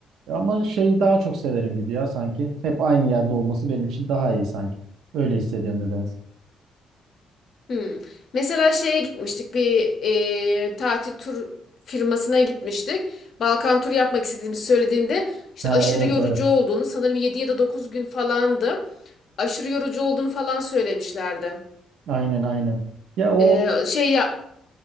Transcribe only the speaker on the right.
ama şeyi daha çok severim gibi ya sanki. Hep aynı yerde olması benim için daha iyi sanki. Öyle hissediyorum nedense.
Ha,
evet
evet.
Aynen aynen. Ya o